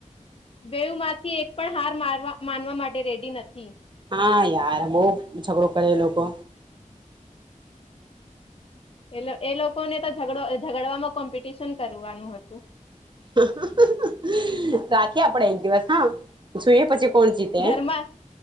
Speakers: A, on the left; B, on the right.
A: બેયું માંથી એક પણ હાર મારવા માનવા માટે રેડી નથી.
B: હા યાર બહુ ઝઘડો કરે એ લોકો.
A: એ એ લોકોને તો ઝગડમાં કોમ્પિટિશન કરવાનું હતું.
B: <unintelligible> રાખીએ આપડે એક દિવસ હા જોઈએ પછી કોણ જીતે
A: ઘરમાં